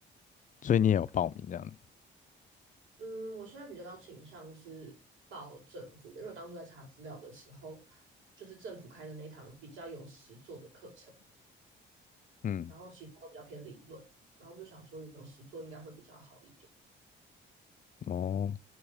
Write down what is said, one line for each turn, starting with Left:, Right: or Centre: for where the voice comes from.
Left: 所以你也有报名这样？
Right: 嗯，我现在比较倾向是报政府的，因为我当初在查资料的时候，就是政府开的那一堂比较有实作的课程，
Left: 嗯，
Right: 然后其他都比较偏理论，然后我就想说有实作应该会比较好一点。
Left: 哦。